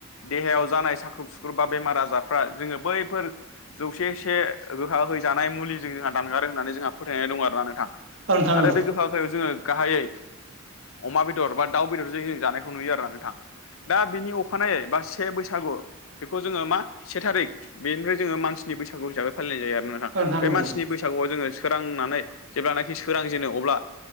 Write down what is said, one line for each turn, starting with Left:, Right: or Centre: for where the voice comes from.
Left: देहायाव जानाय साख्रुब सुख्रुब बा बेमार आजारफ्रा जोङो बैफोर जौसे से गोखा गोखै जानाय मुलिजों जोंहा दानगारो होननानै जोंहा फोथायनाय दं आरोना नोंथां
Right: औ नोंथां औ नोंथां
Left: आरो
Right: औ नोंथां औ
Left: बे गोखा गोखैखो जोङो गाहायै अमा बेदर बा दाउ बेदरजों जों जानाय खौ नुयो आरोना नोंथां दा बिनि अखानायै बा से बैसागु बेखौ जोङो मा से थारिख बेनिफ्राय जोङो मानसिनि बैसागु हिसाबै फालिनाय जायो आरोना
Right: औ नोंथां औ नोंथां
Left: बे
Right: औ नोंथां औ नोंथां औ नोंथां औ नोंथां औ नोंथां औ नोंथां औ नोंथां औ
Left: मानसिनि
Right: नोंथां
Left: बैसागुआव जोङो सोरांनानै जेब्लानाखि सोरांजेनो अब्ला